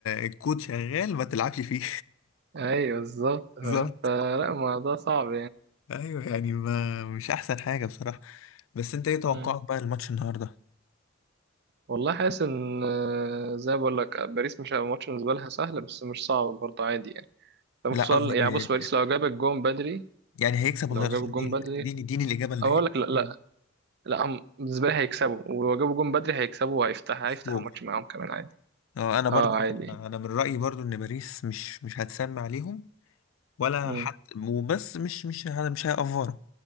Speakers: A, on the left; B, on the right.
A: الكود شغال ما تلعبش فيه
B: ايوه بالظبط
A: <laughs>
B: فاهم
A: بالظبط
B: فلا الموضوع صعب
A: ايوه يعني ما مش احسن حاجه بصراحه بس انت ايه توقعك
B: يعني
A: بقى الماتش النهارده
B: والله حاسس ان آه، زي ما بقول لك باريس مش هيبقى ماتش بالنسبه لها سهل بس مش صعب برضه عادي يعني لما
A: لا
B: خصوصا
A: قصدي
B: يعني بص باريس لو جاب الجون بدري
A: يعني هيكسب
B: لو
A: ولا هيخسر
B: جاب الجون
A: قول
B: بدري
A: اديني اديني الاجابه النهائيه
B: اقول لك لا مم. لا لا هم بالنسبه لي هيكسبوا ولو جابوا الجون بدري هيكسبوا وهيفتح هيفتح
A: سكور
B: الماتش معاهم كمان عادي
A: اه انا
B: اه
A: برضو
B: عادي
A: انا من رايي برضو ان باريس مش مش هتسمع عليهم ولا
B: مم.
A: حتى وبس مش مش ه- مش هيأفروا